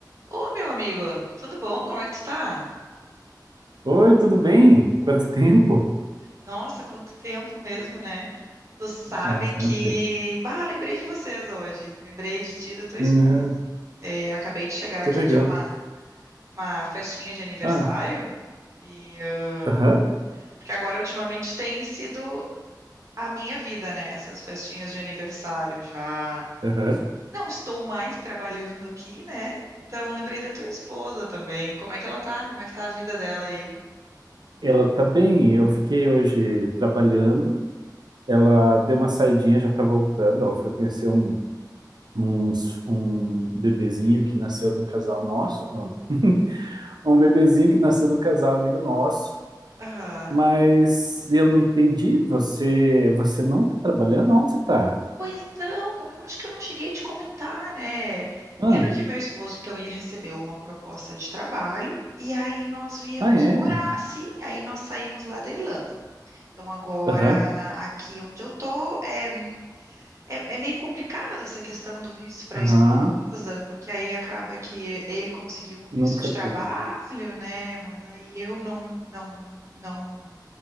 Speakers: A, on the right (about 40°); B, on the right (about 65°).
A: Ô, meu amigo, tudo bom? Como é que tu tá?
B: Oi, tudo bem? Quanto tempo?
A: Nossa, quanto tempo mesmo, né? Tu sabe
B: Nossa,
A: que...
B: muito tempo.
A: Bah, lembrei de vocês hoje. Lembrei de ti e da tua esposa.
B: Né?
A: É, acabei de chegar
B: fazer
A: aqui
B: Que legal.
A: de uma, uma festinha de aniversário
B: Ah,
A: e... ah,
B: aham,
A: Porque agora, ultimamente, tem sido a minha vida, né? Essas festinhas de aniversário. Já
B: aham.
A: não estou mais trabalhando aqui, né? Então, lembrei da tua esposa também. Como é que ela tá? Como é que tá a vida dela aí?
B: Ela tá bem. Eu fiquei hoje trabalhando. Ela
A: Uhum.
B: deu uma saidinha, já tá voltando. Ela foi conhecer um, uns- um bebezinho que nasceu de um casal nosso. Um um bebezinho que nasceu de um casal amigo nosso.
A: Aham.
B: Mas eu não entendi. Você, você não tá trabalhando? Onde você tá?
A: Pois então, eu acho que eu não cheguei a te comentar, né?
B: Ah,
A: Lembra que meu esposo, então, ele recebeu uma proposta de trabalho e aí nós viemos
B: ah é?
A: morar, sim, aí nós saímos lá da Irlanda. Então, agora,
B: Aham,
A: a- aqui onde eu tô, é, é, é meio complicado essa questão do visto para
B: aham.
A: a esposa, porque aí acaba que ele conseguiu um visto
B: Nunca
A: de trabalho,
B: tem.
A: né? Mas aí eu não, não, não, não.